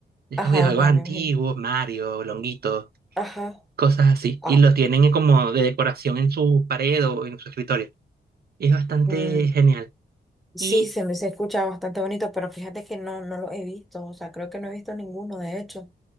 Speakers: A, on the right; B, in the centre.
A: estos
B: Ajá,
A: videojuegos
B: ajá,
A: antiguos,
B: me imagino.
A: Mario, Longuito,
B: Ajá.
A: cosas así,
B: Ah.
A: y los tienen como de decoración en su pared o en su escritorio. Es bastante
B: mm,
A: genial.
B: sí,
A: Y
B: se me se escucha bastante bonito, pero fíjate que no, no lo he visto. O sea, creo que no he visto ninguno, de hecho.